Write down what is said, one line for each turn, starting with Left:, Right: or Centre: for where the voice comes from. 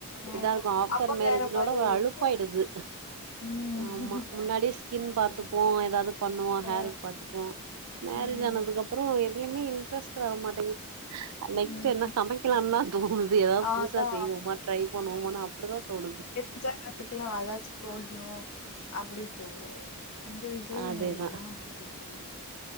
Left: ஆ
Right: இதா இருக்கு ஆஃப்டர்
Left: அப்ப
Right: மேரேஜ்னோட
Left: வேற மாரி
Right: ஒ
Left: இருக்கு
Right: அழுப்பாயிடுது
Left: ம்
Right: ஆமா முன்னாடி ஸ்கின் பாத்துப்போ எதாவது பண்ணுவோ ஹேருக்கு
Left: ஆ
Right: பாத்துப்போ மேரேஜ்
Left: ம்
Right: ஆனதுக்குப்றோ எதுலயுமே இன்ட்ரெஸ்ட் வர மாட்டேங்குது நெக்ஸ்ட்
Left: ம்
Right: என்ன சமைக்கலானு தா தோணுது ஏதாவது
Left: அதா
Right: புதுசா செய்வோமா ட்ரை பண்ணுவோ அப்டிதா தோணுது
Left: ஞ்சா கத்துக்லா அதாச்சு புரோசோ அப்டி தோணு இந்த வீட்லயு
Right: அதேதா
Left: எங்க அம்மா அப்டி பண்ணுவாங்க